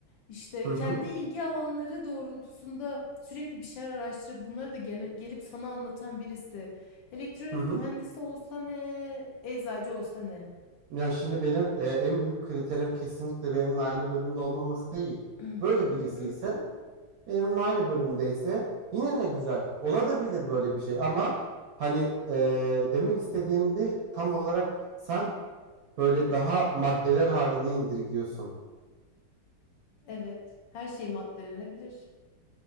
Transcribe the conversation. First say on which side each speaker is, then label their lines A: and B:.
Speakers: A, on the left (about 70°); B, on the right (about 70°).
A: işte
B: Hı
A: kendi
B: hı,
A: ilgi alanları doğrultusunda sürekli bir şeyler araştırıp bunları da gele- gelip sana anlatan birisi. Elektronik
B: hı hı.
A: mühendisi olsa ne, eczacı olsa ne?
B: Ya şimdi benim e, en büyük kriterim kesinlikle benimle aynı bölümde olmaması değil.
A: <clears throat>
B: Böyle
A: Hı
B: birisi
A: hı,
B: ise benimle aynı bölümdeyse yine ne güzel. Olabilir böyle bir şey ama hani e, demek istediğimde tam olarak sen böyle daha maddeler haline indirgiyorsun.
A: Evet, her şey maddelenebilir.